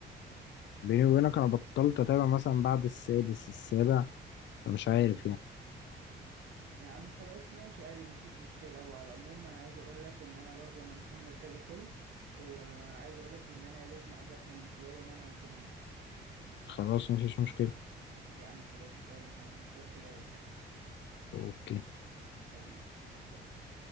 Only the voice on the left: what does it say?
بيني وبينك انا بطلت اتابع مثلا بعد السادس السابع فمش عارف
يعني
خلاص مفيش مشكلة
اوكي